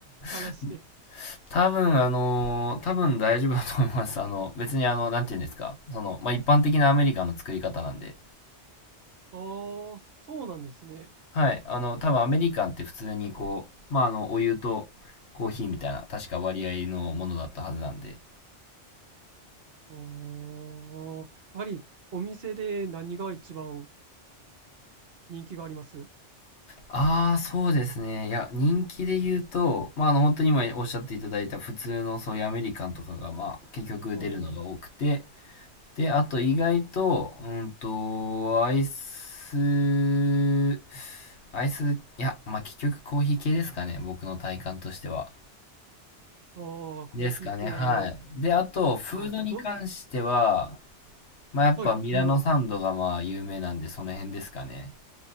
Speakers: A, on the right; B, on the left.
A: 話して。
B: <laughs> 多分、あの多分大丈夫だと思います。あの、別にあの、なんて言うんですか。その、まあ、一般的なアメリカンの作り方なんで。
A: ああ、そうなんですね。
B: はい。あの、多分アメリカンって普通にこう、まあ、あの、お湯とコーヒーみたいな、確か割合のものだったはずなんで。
A: ああ、やはりお店で何が一番人気があります
B: ああ、そうですね。いや、人気で言うと、まあ、あの、本当に今おっしゃっていただいた普通のそういうアメリカンとかが、まあ、結局出るのが多くて、
A: あー
B: で、あと意外と、うんと、アイス、アイス、いや、まあ、結局コーヒー系ですかね、僕の体感としては。
A: あー、コーヒー系。
B: ですかね、はい。で、あと、フードに関しては、
A: あー、ドドル。
B: まあ、やっぱミラノサンドがまあ有名なんで、
A: はい、フード。
B: その辺ですかね。